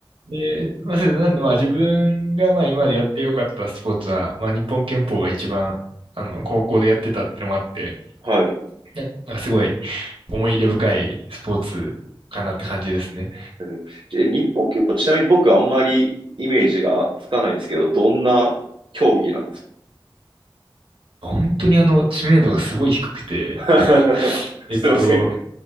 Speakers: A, on the right; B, on the right.
A: で、まあ、そうですなんで、まあ、自分が、まあ、今までやってよかったスポーツは、まあ、日本拳法が一番、あの、高校でやってたってのもあって、
B: はい。
A: なんかすごい思い入れ深いスポーツかなって感じですね。
B: うんえ、日本憲法、ちなみに僕あんまりイメージがつかないんですけど、どんな競技なんですか
A: 本当にあの、知名度がすごい低くて、
B: <laughs>
A: えっと、
B: すいません。